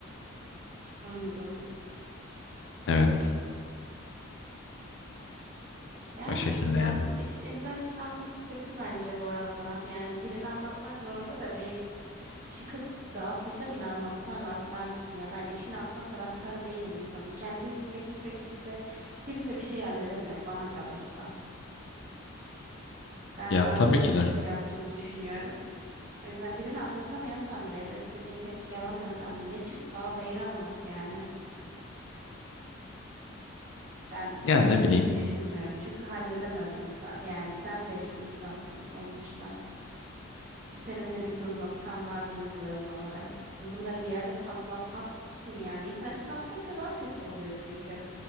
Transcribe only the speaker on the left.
Evet.
O şekilde
yani.
Ya
tabii
ki de.
Ya
ne bileyim.